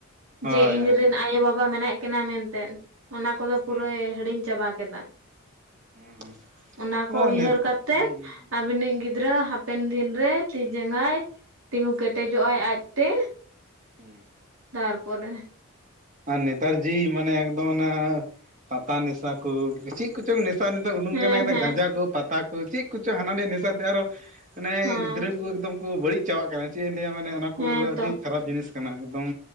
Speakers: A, on the right; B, on the right.
A: ᱦᱳᱭ
B: ᱡᱮ ᱤᱧᱨᱮᱱ
A: ᱦᱳᱭ
B: ᱟᱭᱳ ᱵᱟ ᱵᱟ ᱢᱮᱱᱟᱜ ᱠᱤᱱᱟᱹ ᱢᱮᱱᱛᱮ ᱚᱱᱟ ᱠᱚᱫᱚ
A: ᱦᱩᱸ
B: ᱯᱩᱨᱟᱹᱭ ᱦᱤᱲᱤᱧ ᱪᱟᱵᱟ ᱠᱮᱫᱟ᱾
A: ᱦᱩᱸ
B: ᱚᱱᱟ
A: ᱦᱩᱸ
B: ᱠᱚ
A: ᱟᱨ
B: ᱩᱭᱦᱟᱹᱨ
A: ᱱᱤᱛ
B: ᱠᱟᱛᱮ
A: ᱦᱩᱸ
B: ᱟᱹᱵᱤᱱᱤᱡ ᱜᱤᱫᱽ ᱜᱤᱫᱽᱨᱟᱹ ᱦᱟᱯᱮᱱ ᱫᱤᱱ ᱨᱮ ᱛᱤ ᱡᱟᱝᱟᱭ ᱛᱤᱸᱜᱩ ᱠᱮᱴᱮᱡᱚᱜ ᱟᱭ ᱟᱡᱛᱮ᱾
A: ᱦᱮᱸ᱾
B: ᱛᱟᱨᱯᱚᱨᱮ
A: ᱟᱨ ᱱᱮᱛᱟᱨ ᱡᱤ ᱢᱟᱱᱮ ᱮᱠᱫᱚᱢ ᱚᱱᱟ ᱯᱟᱛᱟ ᱱᱮᱥᱟ ᱠᱚ ᱪᱮᱫ ᱠᱚᱪᱚᱝ ᱱᱮ ᱱᱤᱛᱚᱜ ᱩᱰᱩᱠ
B: ᱦᱮᱸ
A: ᱠᱟᱱᱟ ᱮ
B: ᱦᱮᱸ
A: ᱜᱟᱸᱡᱟ ᱠᱚ ᱯᱟᱛᱟ ᱠᱚ ᱪᱮᱫ ᱠᱚᱪᱚᱝ ᱦᱟᱱᱟ ᱱᱤᱭᱟᱹ ᱱᱮᱥᱟᱛᱮ ᱟᱨᱚ ᱢᱟᱱᱮ
B: ᱦᱮᱸ
A: ᱜᱤᱫᱽᱨᱟᱹ ᱠᱚ ᱮᱠᱫᱚᱢ ᱠᱚ ᱵᱟᱹᱲᱤᱡ ᱪᱟᱵᱟᱜ ᱠᱟᱱᱟ ᱪᱮᱫ ᱤᱧ ᱞᱟᱹᱭᱟ ᱢᱟᱱᱮ ᱚᱱᱟ ᱠᱚᱫᱚ
B: ᱦᱮᱸ
A: ᱟᱹᱰᱤ
B: ᱛᱚ
A: ᱠᱷᱟᱨᱟᱯ ᱡᱤᱱᱤᱥ ᱠᱟᱱᱟ ᱮᱠᱫᱚᱢ